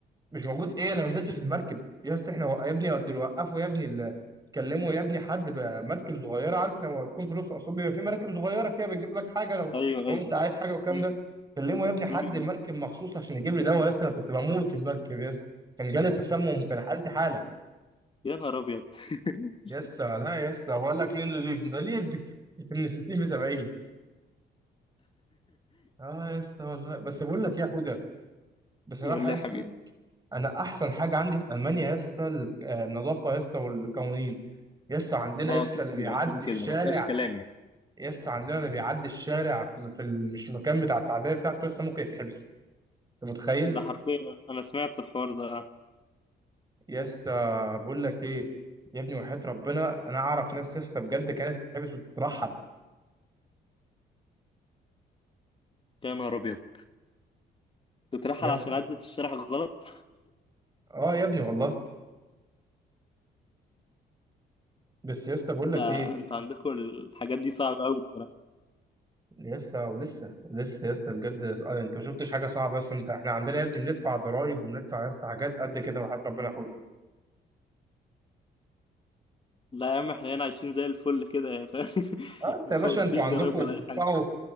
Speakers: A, on the right; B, on the left.
A: مش موجود ايه انا ما نزلتش المركب يا اسطى احنا وق- يا ابني دول وقفوا يا ابني ال- كلموا يا ابني حد بمركب صغيره عارف لما يكون في الاقصر واسوان بيبقى في مراكب صغيره كده بتجيب لك حاجه لو
B: أيوه
A: لو
B: أيوه
A: انت عايز حاجه والكلام
B: مم.
A: ده كلموا يا ابني حد
B: مم.
A: مركب مخصوص عشان يجيب لي دواء يا اسطى انا كنت بموت في المركب يا اسطى كان جالي تسمم وكان حالتي حاله
B: يا نهار أبيض <laughs>
A: يسا لا يسا بقول لك مين اللي يضيف ده ليه ابن ابن 60 في 70 اه يسا والله بس بقول لك يا حوده بصراحه
B: قول لي
A: يسا
B: يا حبيبي
A: انا احسن حاجه عندي في المانيا يسا ال- آه، النظافه يسا والقوانين يسا عندنا
B: اه
A: يسا
B: كده
A: اللي بيعدي
B: كده كده
A: الشارع
B: كده ما فيهاش كلام يعني
A: يسا عندنا اللي بيعدي الشارع في في ال- مش المكان بتاع التعديه بتاعته يسا ممكن يتحبس انت متخيل
B: ده حرفيا انا سمعت الحوار ده
A: يسا بقول لك ايه يا ابني وحياة ربنا انا اعرف ناس يسا بجد كانت تتحبس وتترحل
B: يا نهار ابيض تترحل
A: يسا
B: عشان عدت الشرح غلط
A: اه يا ابني والله بس يسا بقول
B: <laughs>
A: لك
B: ده
A: ايه
B: انت عندكم الحاجات دي صعبة قوي بصراحة
A: لسه ولسه ولسه يا اسطى بجد آه، انت ما شفتش حاجه صعبه بس انت احنا عندنا يا ابني بندفع ضرائب وبندفع يا اسطى حاجات قد كده وحياة ربنا يحفظك
B: لا يا عم احنا هنا عايشين زي الفل كده يعني فاهم
A: اه انت
B: <laughs>
A: يا باشا
B: ما
A: انتوا
B: فيش
A: عندكم
B: ضرايب ولا
A: بتدفعوا
B: اي حاجة